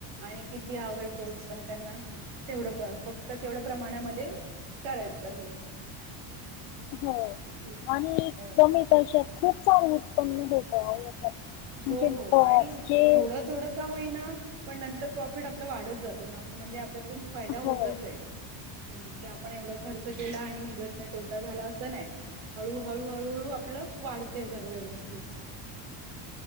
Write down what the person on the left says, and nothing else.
हो
आणि
कमी पैशातत खूप छग उत्पन्न होत याच्यात म्हणजे
ब
जे
हो